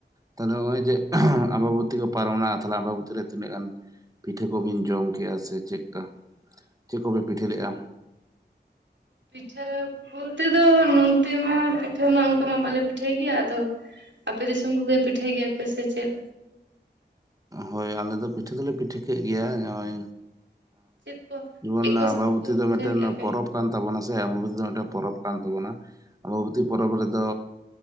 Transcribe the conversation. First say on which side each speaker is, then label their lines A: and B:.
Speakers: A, on the right (about 20°); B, on the right (about 80°).
A: ᱛᱟᱦᱚᱞᱮ ᱱᱚᱜᱼᱚᱭ ᱡᱮ ᱟᱢᱵᱟᱵᱚᱛᱤ ᱠᱚ ᱯᱟᱨᱚᱢᱱᱟ ᱛᱟᱦᱚᱞᱮ ᱟᱢᱵᱟᱵᱚᱛᱤ ᱨᱮ ᱛᱤᱱᱟᱹᱜ ᱜᱟᱱ ᱯᱤᱴᱷᱟᱹ ᱠᱚᱵᱤᱱ ᱡᱚᱢ ᱠᱮᱜᱼᱟ ᱥᱮ ᱪᱮᱫᱠᱟ ᱪᱮᱫ ᱠᱚᱵᱮ ᱯᱤᱴᱷᱟᱹ ᱞᱮᱫᱼᱟ
B: ᱯᱤᱴᱷᱟᱹ ᱵᱚᱞᱛᱮ ᱫᱚ ᱱᱚᱱᱛᱮ ᱢᱟ ᱯᱤᱴᱷᱟᱹ ᱢᱟ ᱚᱱᱠᱟ ᱢᱟ ᱵᱟᱞᱮ ᱯᱤᱴᱷᱟᱹᱭ ᱜᱮᱭᱟ ᱟᱫᱚ ᱟᱯᱮ ᱫᱤᱥᱚᱢ ᱠᱚᱜᱮ ᱯᱤᱴᱷᱟᱹᱭ ᱜᱮᱭᱟ ᱯᱮ ᱥᱮ ᱪᱮᱫ
A: ᱦᱳᱭ ᱟᱞᱮ ᱫᱚ ᱯᱤᱴᱷᱟᱹ ᱫᱚᱞᱮ ᱯᱤᱴᱷᱟᱹ ᱠᱮᱫ ᱜᱮᱭᱟ ᱱᱚᱜᱼᱚᱭ
B: ᱪᱮᱫ ᱠᱚ
A: ᱡᱮᱢᱚᱱ
B: ᱪᱮᱫ ᱠᱚ ᱥᱟᱛᱮ
A: ᱟᱢᱵᱟᱵᱚᱛᱤ
B: ᱠᱚ
A: ᱫᱚ
B: ᱯᱤᱴᱷᱟᱹ
A: ᱢᱤᱫᱴᱮᱱ
B: ᱠᱮᱜᱼᱟ ᱯᱮ?
A: ᱯᱚᱨᱚᱵᱽ ᱠᱟᱱ ᱛᱟᱵᱚᱱᱟ ᱥᱮ ᱟᱢᱵᱟᱵᱚᱛᱤ ᱫᱚ ᱢᱤᱫᱴᱮᱱ ᱯᱚᱨᱚᱵᱽ ᱠᱟᱱ ᱛᱟᱵᱚᱱᱟ ᱟᱵᱚᱵᱚᱛᱤ ᱯᱚᱨᱚᱵᱽ ᱨᱮᱫᱚ